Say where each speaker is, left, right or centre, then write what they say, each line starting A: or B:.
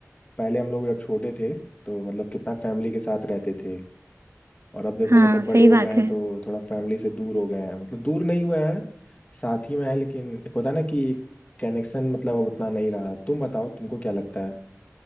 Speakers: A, on the left; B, on the right.
A: पहले हम लोग जब छोटे थे तो मतलब कितना फैमिली के साथ रहते थे और अब देखो
B: हाँ
A: मतलब बड़े
B: सही
A: हो
B: बात
A: गए हैं
B: है
A: तो थोड़ा फैमिली से दूर हो गए हैं मतलब दूर नहीं हुए हैं साथ ही में है लेकिन एक होता है ना कि कनेक्शन मतलब अब उतना नहीं रहा तुम बताओ तुमको क्या लगता है